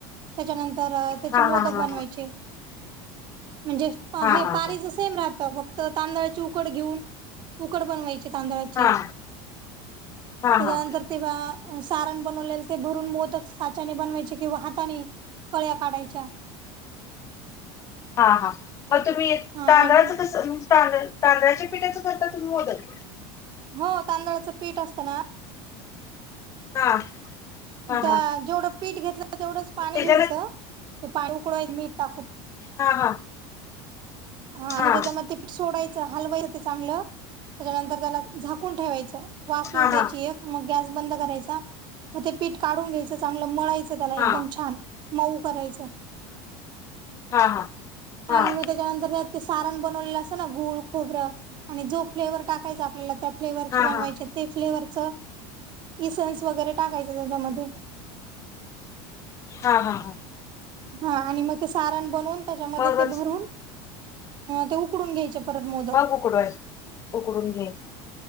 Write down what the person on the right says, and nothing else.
त्याच्यानंतर त्याचे
मोदक
बनवायचे म्हणजे
हे
पाणीच सेम राहतं, फक्त तांदळाची उकड घेऊन. कड बनवायचे, तांदळाची,
त्याच्यानंतर
तेव्हा सारण बनवलेलं ते भरून, मोदक साच्याने बनवायचे किंवा हाताने. कळ्या काढायच्या.
हा
आणि
हो, तांदळाचं पीठ असतं ना
त्या
जेवढं पीठ घेतलं तेवढंच पाणी
घ्यायचं, ते पाणी उकडून मीठ टाकू.
हं, आणि
त्याच्यामध्ये पीठ सोडायचं, हलवायचं ते चांगलं, त्याच्यानंतर त्याला झा झाकून ठेवायचं, वाफ
येऊ द्यायची
एक. मग गॅस बंद करायचा, मग ते पीठ काढून घ्यायचं, चांगलं मळायचं त्याला
एकदम
छान. मऊ करायचं
आणि मग त्याच्यानंतर. सारण बनवले असं, गूळ खोबरं आणि जो फ्लेवर टाकायचा आपल्याला फ्लेवरचे
बनवायचे,
ते फ्लेवरचं इसन्स वगैरे टाकायचं त्याच्यामध्ये.
हा, आणि मग ते सारण बनवून त्याच्यामध्ये
ते भरून, ते उकडून घ्यायचे. परत मोदक